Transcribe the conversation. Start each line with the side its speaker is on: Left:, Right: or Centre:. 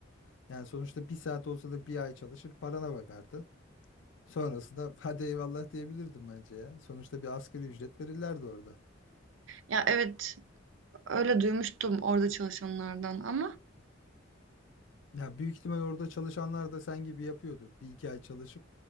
Left: Yani sonuçta bir saat olsa da bir ay çalışır parana bakardın. Sonrasında <laughs> hadi eyvallah diyebilirdim bence ya. Sonuçta bir asgari ücret verirlerdi orada.
Right: Ya, evet, öyle duymuştum orada çalışanlardan ama
Left: Ya büyük ihtimal orada çalışanlar da sen gibi yapıyordur. Bir iki ay çalışıp